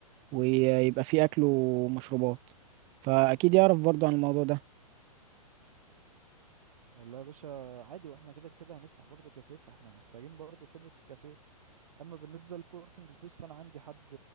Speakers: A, on the right (about 30°); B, on the right (about 65°).
A: ويبقى فيه أكل ومشروبات فأكيد يعرف برضو عن الموضوع ده
B: والله يا باشا عادي واحنا كده كده هنفتح برضه كافيه فاحنا محتاجين برضه خبرة الكافيه اما بالنسبة للكوركينج سبيس فانا عندي حد